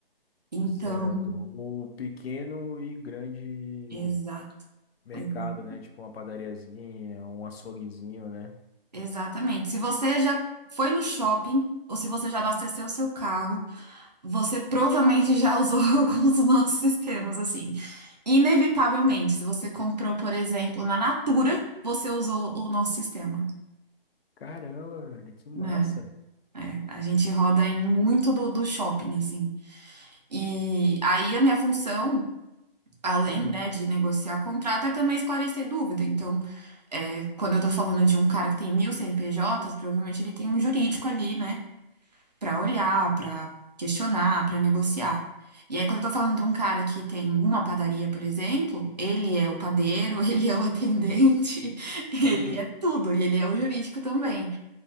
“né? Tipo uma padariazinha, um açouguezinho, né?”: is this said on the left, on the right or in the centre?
Left